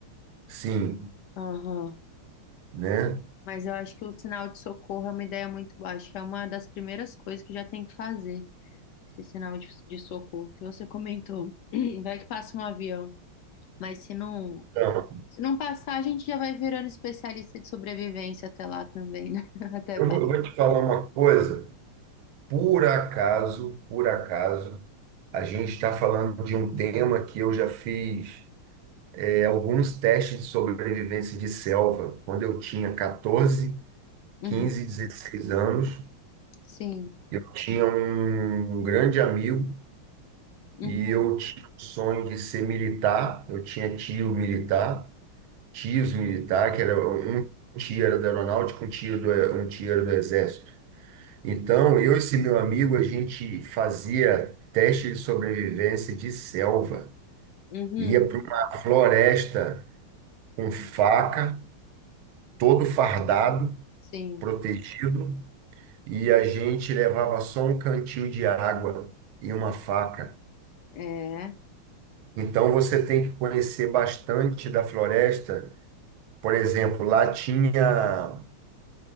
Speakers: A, on the right; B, on the left.
A: Sim,
B: Aham.
A: né?
B: Mas eu acho que o sinal de socorro é uma ideia muito boa. Acho que é uma das primeiras coisas que já tem que fazer. Esse sinal de, de socorro que você <laughs> comentou. <clears throat> Vai que passa um avião. Mas se não,
A: Então,
B: se não passar, a gente já vai virando especialista de sobrevivência até lá também, né? <laughs> Até
A: eu
B: pa-
A: vou eu vou te falar uma coisa. Por acaso, por acaso, a gente está falando de um tema que eu já fiz é, alguns testes de sobrevivência de selva. Quando eu tinha 14,
B: Uhum.
A: 15, 16 anos,
B: Sim.
A: eu tinha um, um grande amigo
B: Uhum.
A: e eu tinha o sonho de ser militar. Eu tinha tio militar, tios militar, que era um tio era da aeronáutica, um tio do, um tio era do exército. Então, eu e esse meu amigo, a gente fazia teste de sobrevivência de selva.
B: Uhum.
A: Ia para uma floresta com faca, todo fardado,
B: Sim.
A: protegido e a gente levava só um cantil de água e uma faca.
B: É.
A: Então você tem que conhecer bastante da floresta. Por exemplo, lá tinha,